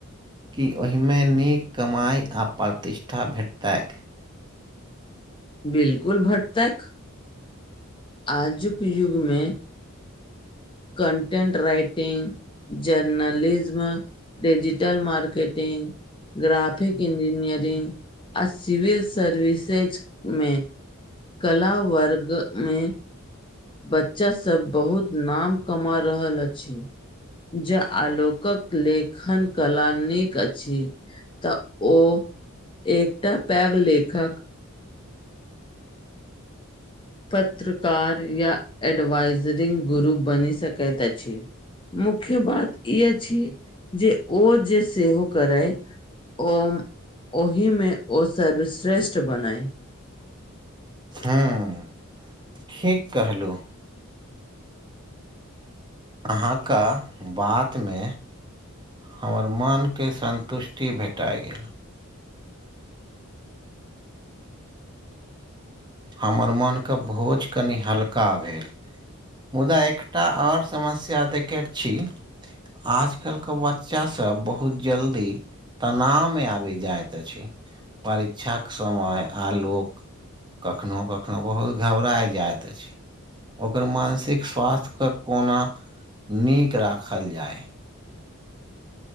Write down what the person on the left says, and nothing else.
बिलकुल भटतैक। आजुक युगमे content writing, journalism digital marketing graphic engineering आ सिविल सर्विसेजमे कला वर्ग में बच्चा सभ बहुत नाम कमा रहल अछि। जे आलोकक लेखन कला नीक अछि। तऽ ओ एकटा पैग लेखक पत्रकार या ऐडवाइजरिंग गुरु बनी सकैत अछी। मुख्य बात ई अछी जे ओ जे सेहो करए ओ ओहिमे ओ सर्वश्रेष्ठ बनय।